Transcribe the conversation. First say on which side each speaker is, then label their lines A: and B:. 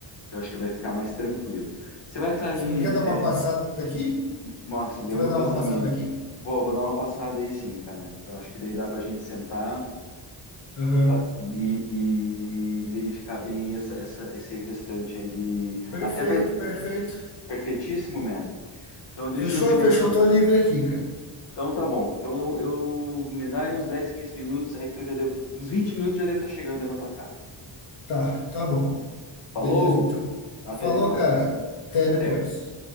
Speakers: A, on the left (about 60°); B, on the left (about 85°).
A: Eu acho que vai ficar mais tranquilo. Você vai estar aí.
B: Você não quer dar
A: é,
B: uma passada aqui?
A: Márcio, leu
B: Você vai
A: meu
B: dar
A: pensamento.
B: uma passada aqui?
A: Vou, vou dar uma passada aí sim, cara. Que eu acho que daí dá pra gente sentar
B: Aham.
A: pa- e, e verificar bem aí essa, essa- esse restante aí de.
B: Perfeito,
A: Até pra...
B: perfeito.
A: perfeitíssimo, man. Então deixa
B: Fechou,
A: eu ver
B: fechou.
A: aqui.
B: Tô livre aqui, cara.
A: Então tá bom. Então eu, eu- me dá aí uns 10, 15 minutos aí que eu já devo. Uns 20 minutos eu já devo estar chegando aí na tua casa.
B: Tá, tá bom.
A: Falou!
B: Beleza, então.
A: Até
B: Falou,
A: depois.
B: cara. Até
A: Até.
B: depois.